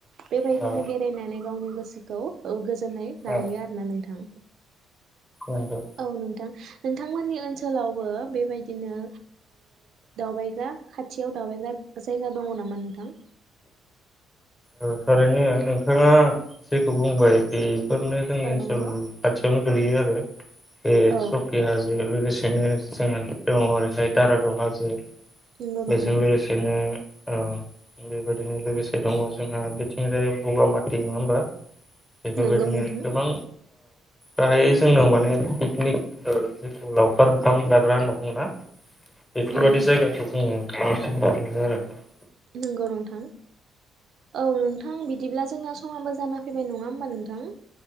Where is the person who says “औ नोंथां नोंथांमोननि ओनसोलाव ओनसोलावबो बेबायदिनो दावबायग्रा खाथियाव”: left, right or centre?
Right